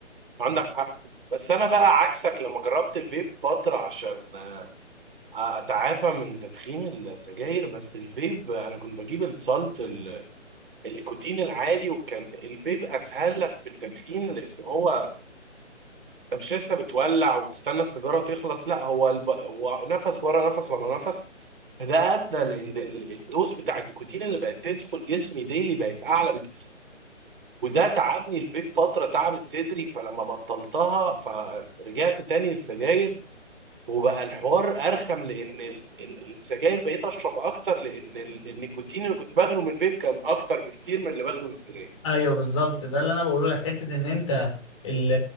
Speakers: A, on the right (about 45°); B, on the left (about 25°).
A: عندك حق بس انا بقى عكسك لما جربت الفيب فتره عشان آه، اتعافى من تدخين السجاير بس الفيب انا كنت بجيب السالت ال- النيكوتين العالي وكان الفيب اسهل لك في التدخين لان هو انت مش لسه بتولع وتستنى السيجاره تخلص لا هو الب... هو نفس ورا نفس ورا نفس فده ادى لان ال- الدوز بتاع النيكوتين اللي بقت تدخل جسمي ديلي بقت اعلى بكتير وده تعبني الفيب فتره تعبت صدري فلما بطلتها فرجعت تاني السجاير وبقى الحوار ارخم لان ال- ال- السجاير بقيت اشرب اكتر لان ال- النيكوتين اللي كنت باخده من الفيب كان اكتر بكتير من اللي باخده من السجاير
B: ايوه بالظبط ده اللي انا بقوله لك حته ان انت ال-